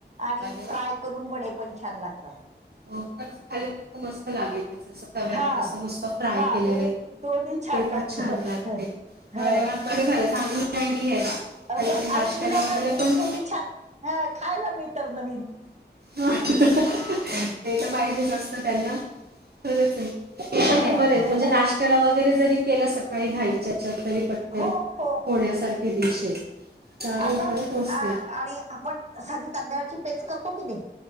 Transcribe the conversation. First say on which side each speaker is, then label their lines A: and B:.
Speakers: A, on the right; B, on the right.
A: आणि
B: अरे वा
A: फ्राय करून वडे पण छान लागतात.
B: हो खरंच, थालीपिठं मस्त लागेल त्याचं असं तव्यामध्ये
A: हा
B: अस नुसतं फ्राय
A: हा
B: केलेलं
A: दोन्ही दोन्ही छान
B: ते
A: लागत
B: पण छान लागते.
A: ह
B: अरे वा! बरं झालं, चांगली आयडीया आहे. काहीतरी
A: आणि
B: नाश्त्याला
A: मुलांना
B: वगैरे पण
A: शेवटी छान हं खायला मिळतं नवीन
B: हठ <unintelligible>
A: अं
B: ते तर पाहिजेच असतं त्यांना खरंच आहे. ते
A: न-
B: पण हे बरे म्हणजे नाश्त्याला वगैरे जरी केलं सकाळी घाईच्याच्यात तरी पटकन
A: हो हो
B: होण्यासारखी डिश आहे. चालेल
A: अगं
B: खरंच मस्त
A: अं
B: आहे.
A: आणि आपण साधी तांदळची पेच करतो की नाही?